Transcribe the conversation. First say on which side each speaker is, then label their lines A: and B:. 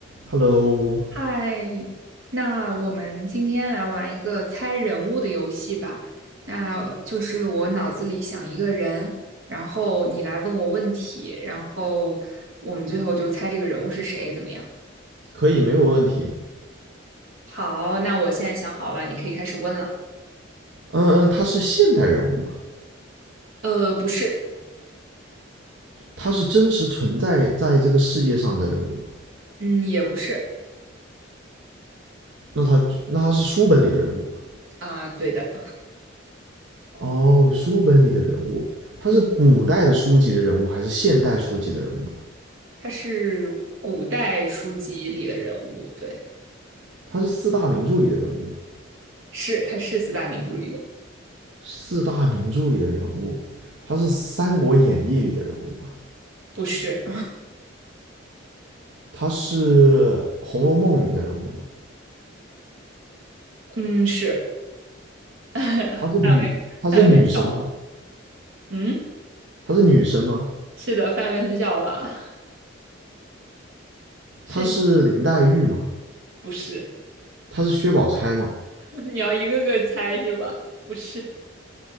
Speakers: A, on the right; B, on the right.
A: Hello，
B: 嗨，那我们今天来玩一个猜人物的游戏吧。那就是我脑子里想一个人，然后你来问我问题，然后我们最后就猜这个人物是谁，怎么样？
A: 可以，没有问题。
B: 好，那我现在想好了，你可以开始问了。
A: 嗯嗯，他是现代人物吗？
B: 呃，不是，
A: 他是真实存在在这个世界上的人物吗？
B: 嗯，也不是
A: 那他那他是书本里的人物吗？
B: 啊，对的，
A: 哦，书本里的人物，他是古代的书籍的人物还是现代书籍的人物呢？
B: 嗯，他是古代书籍里的人物，对，
A: 他是四大名著里的人物吗？
B: 是，他是四大名著里的，
A: 四大名著里的人物，他是《三国演义》里的人物吗？
B: 不是，
A: 他是《红楼梦》里面的人物吗？
B: <laughs> 嗯，是，<laughs>
A: 她是女，她是女生吗？
B: 范围很小了，嗯。
A: 她是女生吗？
B: 是的，范围很小了。是你
A: 她是林黛玉吗？
B: 不是？
A: 她是薛宝钗嘛？
B: <laughs> 你要一个个猜是吧？不是。